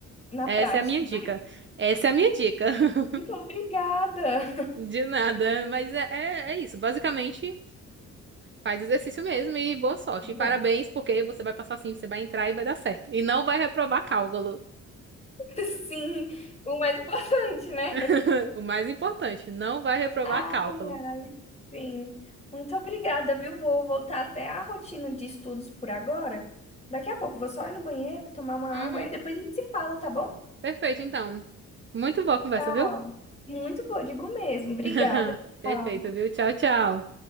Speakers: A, on the left; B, on the right.
A: na
B: Essa
A: prática,
B: é a minha dica.
A: né?
B: Essa é a minha dica. <laughs>
A: Muito obrigada.
B: De nada, mas é, é, é isso. Basicamente, faz exercício mesmo e boa sorte.
A: Tá bom.
B: E parabéns, porque você vai passar sim, você vai entrar e vai dar certo. E não vai reprovar cálculo.
A: <laughs> Sim, o mais importante, né?
B: <laughs> O mais importante, não vai reprovar
A: Ai,
B: cálculo.
A: ai, sim. Muito obrigada, viu? Vou voltar até a rotina de estudos por agora. Daqui a pouco vou só ir no banheiro, tomar uma água
B: Uhum.
A: e depois a gente se fala, tá bom?
B: Perfeito, então. Muito boa a conversa,
A: Tchau.
B: viu?
A: Muito boa, digo mesmo. Obrigada.
B: <laughs> Perfeito,
A: Tchau.
B: viu? Tchau, tchau.